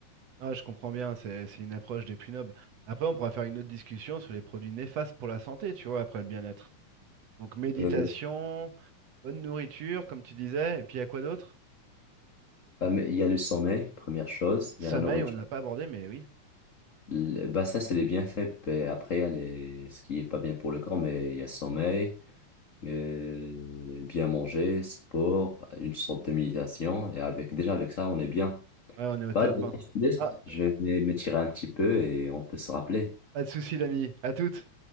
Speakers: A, on the right; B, on the left.
A: Ah, je comprends bien, c'est c'est une approche des plus nobles. Après, on pourra faire une autre discussion sur les produits néfastes pour la santé, tu vois, après le bien-être. Donc, méditation,
B: Euh,
A: bonne nourriture, comme tu disais, et puis à quoi d'autre?
B: bah, mais il y a le sommeil, première chose,
A: Sommeil,
B: il y a la nourriture.
A: on n'a pas abordé, mais oui.
B: Le- Bah ça, c'est les bienfaits. Puis après, il y a les... ce qui est pas bien pour le corps, mais il y a sommeil, euh, bien manger, sport, une sorte de méditation. Et avec déjà avec ça, on est bien.
A: Ouais, on est au
B: Bah,
A: top,
B: d'ailleurs,
A: hein.
B: je te laisse.
A: Ah,
B: Je vais m'é- m'étirer un petit peu et on peut se rappeler.
A: pas de souci, l'ami. À toutes.